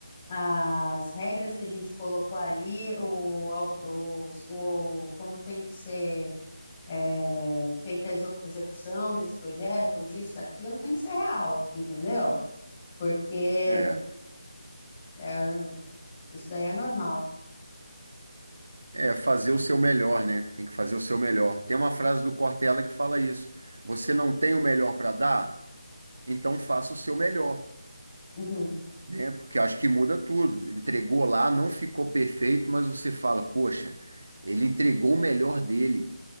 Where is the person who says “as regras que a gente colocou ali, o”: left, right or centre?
Left